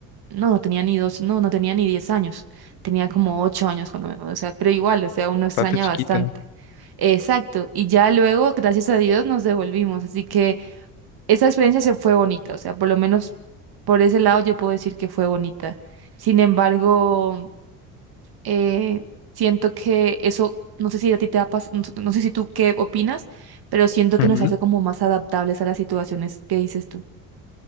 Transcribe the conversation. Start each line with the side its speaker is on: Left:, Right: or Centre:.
Right: No, no tenía ni dos, no, no tenía ni diez años. Tenía como ocho años cuando me mudé, o sea, pero igual, o sea, uno extraña
Left: Bastante chiquita.
Right: bastante. Exacto. Y ya luego, gracias a Dios, nos devolvimos. Así que esa experiencia se fue bonita, o sea, por lo menos por ese lado yo puedo decir que fue bonita. Sin embargo, eh, siento que eso, no sé si a ti te ha pas- no, no sé si tú qué opinas, pero siento que
Left: Ujú.
Right: nos hace como más adaptables a las situaciones que dices tú.